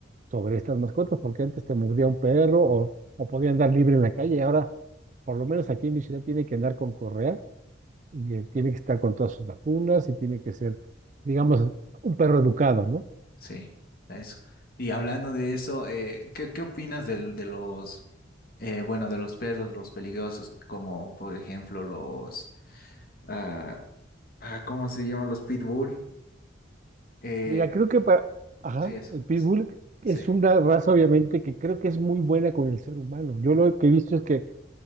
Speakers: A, on the right; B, on the left.
A: sobre estas mascotas, porque antes te mordía un perro o, o podía andar libre en la calle, y ahora por lo menos aquí en mi ciudad tiene que andar con correa y eh, tiene que estar con todas sus vacunas y tiene que ser, digamos, un perro educado, ¿no?
B: Sí, eso. Y hablando de eso, eh, ¿qué, qué opinas del- de, los, eh, bueno, de los perros, los peligrosos, como por ejemplo los... Ah, ah, ¿cómo se llaman los pitbull? Eh,
A: Mira, creo que para, ajá,
B: sí, eso.
A: el pitbull es
B: Sí,
A: una raza obviamente que creo que es muy buena con el ser humano. Yo lo que he visto es que